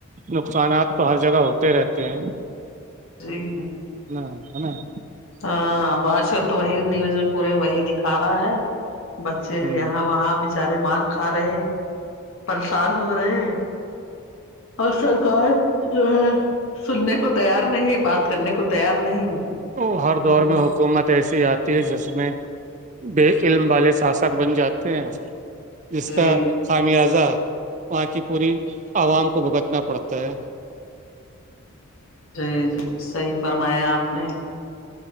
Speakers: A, on the right; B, on the left.
A: نقصانات تو ہر جگہ ہوتے رہتے ہیں
B: جی
A: ہ ہےا <unintelligible>
B: ہاں وہ آج کل تو وہی نیوز میں پورے وہی دکھا رہا ہے بچے
A: ہ
B: یہاں وہاں بیچارے مار کھا رہے پریشان ہو رہے ہیں اور سرکار جو ہے سننے کو تیار نہیں بات کرنے کو تیار نہیں
A: وہ ہر
B: ہ
A: دور میں ہو حکومت ایسی آتی ہے جس میں بے علم والے شاسک بن جاتے ہیں جس
B: جی
A: کا خامیازہ وہاں کی پوری عوام کو بھگتنا پڑتا ہے
B: جی جی صحیح فرمایا آپ نے